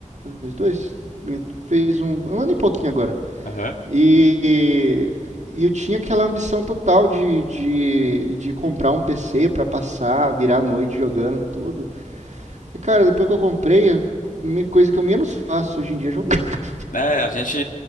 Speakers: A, on the right (about 60°); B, on the left (about 75°).
A: Fez dois? Minto. Fez um, um ano e pouquinho agora.
B: aham.
A: E, e eu tinha aquela ambição total de, de, de comprar um PC pra passar, virar a noite jogando tudo. E cara, depois que eu comprei, me- coisa que eu menos faço hoje em dia é jogar. <laughs>
B: É, a gente,